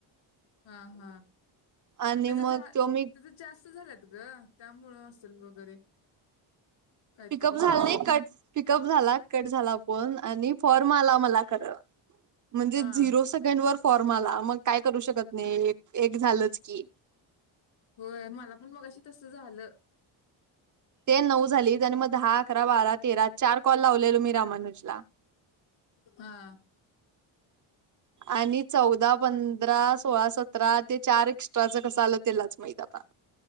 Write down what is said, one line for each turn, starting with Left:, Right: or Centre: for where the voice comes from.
Left: हा हा
Right: आणि
Left: त्याच
Right: मग
Left: झा
Right: तो मी
Left: त्याच जास्त ग त्यामुळे असेल वगैरे काहीतरी
Right: पिकअप झाला
Left: होत असेल
Right: नाही कट पिकअप झाला कट झाला फोन आणि फॉर्म आला मला खर म्हणजे
Left: हा.
Right: झिरो सेकंड वर फॉर्म आला मग काय करू शकत नाही एक एक झालंच की
Left: होय मला पण मगाशी तसं झालं
Right: ते नऊ झाली मग दहा अकरा बारा तेरा चार कॉल लावलेलो मी रामानुजला
Left: हा
Right: आणि चौदा पंधरा सोळा सतरा ते चार दोघांचं कस आलं त्यालाच माहित आता